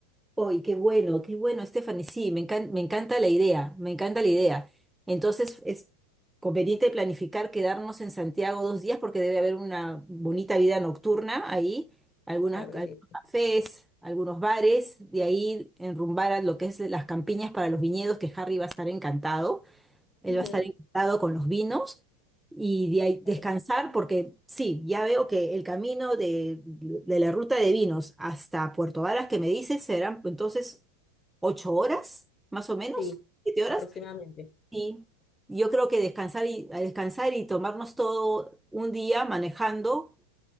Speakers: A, in the centre; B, on the left (about 25°).
A: Uy, qué bueno, qué bueno, Stephanie. Sí, me encanta, me encanta la idea, me encanta la idea. Entonces, es conveniente planificar quedarnos en Santiago dos días porque debe haber una bonita vida nocturna ahí, algunas,
B: Claro que
A: algunos
B: sí.
A: cafés, algunos bares, de ahí enrumbar a lo que es las campiñas para los viñedos, que Harry va a estar encantado.
B: <laughs>
A: Él
B: Ujú,
A: va a estar encantado con los vinos y de ahí descansar
B: Claro.
A: porque sí, ya veo que el camino de, de la ruta de vinos hasta Puerto Varas que me dices serán entonces ocho horas, más o menos,
B: Sí,
A: siete horas.
B: aproximadamente.
A: Y yo creo que descansar y, a descansar y tomarnos todo un día manejando